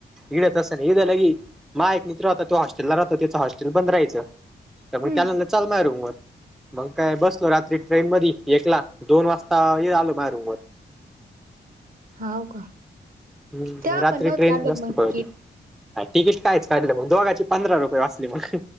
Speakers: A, in the centre; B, on the right.
A: इकड तसं नाही. इकड लगी एक मित्र होता तो हॉस्टेलला राहतो त्याच हॉस्टेल बंद राहायचं.
B: हम्म
A: त्यामुळे त्याला न चाल रुमवर मग काय बसलो रात्री ट्रेन मध्ये एकला दोन वाजता आलो. माय रूम वर.
B: हो का.
A: हम्म
B: तेव्हा
A: रात्री
B: पण नव्हत
A: ट्रेन
B: काढलं
A: जास्त
B: का मग
A: पळते.
B: तिकीट
A: ह तिकीट कायच काढलं मग दोघाची पंधरा रुपये वाचली मग.